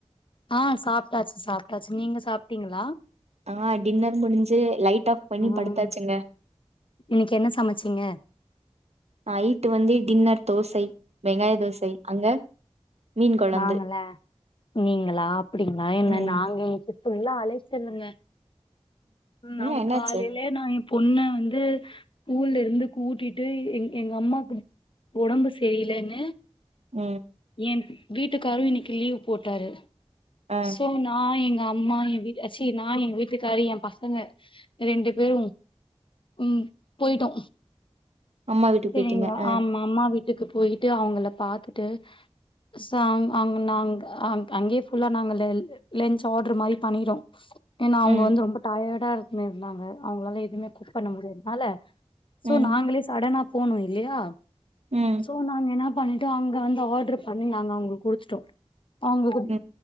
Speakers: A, on the left; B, on the right.
A: ஆ சாப்ட்டாச்சு சாப்ட்டாச்சு நீங்க சாப்ட்டீங்களா
B: ஆ டின்னர் முடிஞ்சு லைட் ஆஃப் பண்ணி
A: ம்
B: படுத்தாச்சுங்க
A: இன்னைக்கு என்ன சமைச்சீங்க
B: நைட் வந்து டின்னர் தோசை வெங்காய தோசை அங்க மீன் கொழம்பு
A: நாங்கள நீங்களா அப்டிங்களா என்ன
B: ம்
A: நாங்க இன்னைக் ஃபுல்லா அலைச்சலுங்க ம்
B: ஏன்,
A: அவுங்க
B: என்னாச்சு
A: காலைலே நா ஏன் பொண்ண வந்து ஸ்கூல்ல இருந்து கூட்டிட்டு எங் எங்க அம்மாக்கு ஒடம்பு செரிலன்னு
B: ம்
A: என் வீட்டுக்காரு இன்னைக்கு லீவ் போட்டாரு
B: ஆ
A: சோ நா எங்கம்மா எங் வீட் அச்சி நா எங்க வீட்டுக்காரு என் பசங்க ரெண்டு பேரு ம் போயிட்டோ
B: அம்மா வீட்டுக்கு
A: செரிங்லா
B: போயிட்டீங்க ஆ
A: ஆமா அம்மா வீட் வீட்டுக்கு போயிட்டு அவங்கள பாத்துட்டு சோ அங் அங் நாங் அங் அங்கே ஃபுல்லா நாங்க லெ லென்சு ஆட்ரு மாரி பண்ணிரோ ஏனா அவுங்க
B: ம்
A: வந்து ரொம்ப டயர்டா இருக்குன்னு இருந்தாங்க அவுங்ளால எதுமே குக்குபண்ண முடியதுனால சோ
B: ம்
A: நாங்களே சடனா போனு இல்லையா
B: ம்
A: அப்ப நாங்க என்ன பண்ணிட்டோ அங்க வந்து ஆர்டர் பண்ணி நாங்க அவங்களுக்கு குடுத்துட்டோ சோ அவுங்களுக்கு
B: ம்